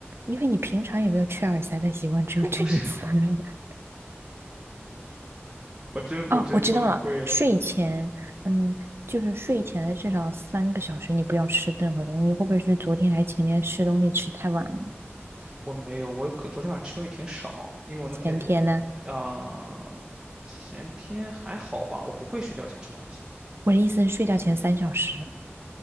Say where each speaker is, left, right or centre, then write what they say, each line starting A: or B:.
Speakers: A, on the right; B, on the right.
A: 因为你平常也没有吃耳塞的习惯，只有这一次。
B: 我不是，
A: <laughs>
B: 我真我真崩溃了。
A: 哦，我知道了，睡前，嗯，就是睡前的至少三个小时，你不要吃任何东西。你会不会是昨天还是前天吃东西吃太晚了？
B: 我没有，我可昨天晚上吃东西挺少，因为我那天
A: 前天呢？
B: 啊、呃前天还好吧，我不会睡觉前吃东西。
A: 我的意思是睡觉前三小时